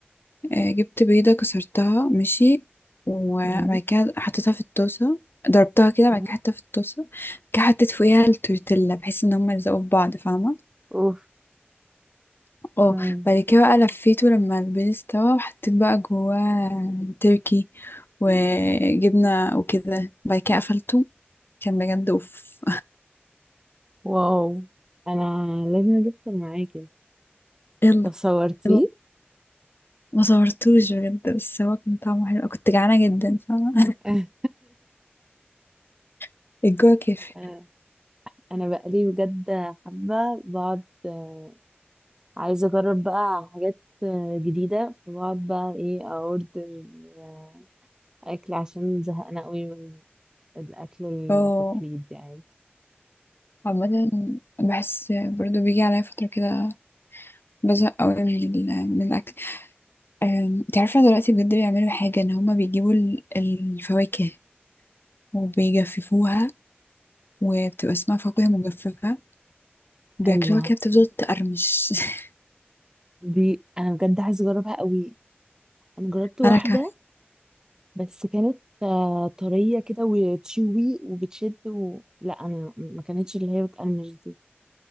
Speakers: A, on the left; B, on the right.
A: آه، جبت بيضة كسرتها ماشي وبعد
B: مم.
A: كده حطيتها في الطاسة ضربتها كده
B: مم.
A: بعد كده حطيتها في الطاسة بعد كده حطيت فوقيها التورتيلا بحيث ان هما يلزقوا في بعض فاهمة
B: اوف
A: اه
B: مم.
A: بعد كده بقى لفيته لما البيض استوى وحطيت بقى جواه تركي وجبنة وكده بعد كده قفلته كان بجد اوف
B: واو أنا لازم أجيبه معاكي
A: <laughs> يلا
B: طب صورتيه؟
A: يلا ما صورتوش بجد بس هو كان طعمه حلو كنت جعانة جدا فاهمة
B: <laughs>
A: <laughs> الجو كافي
B: آه، انا بقالي بجد حابه بقعد آه، عايزه اجرب بقى حاجات آه، جديده فبقعد بقى ايه اوردر آه، اكل عشان زهقانه قوي من الاكل التقليدي
A: اه
B: يعني
A: عامة بحس برضو بيجي عليا فترة كده بزهق قوي من ال- من الأكل أم، انت عارفة دلوقتي بجد بيعملوا حاجة إن هما بيجيبوا ال- الفواكه وبيجففوها وبتبقى اسمها فاكهة مجففة بياكلوها
B: ايوه
A: كده بتفضل تقرمش <laughs>
B: دي انا بجد عايزه اجربها قوي انا جربت واحده
A: أنا كمان
B: بس كانت آه، طريه كده وتشوي وبتشد و... لا انا ما كانتش اللي هي بتقرمش دي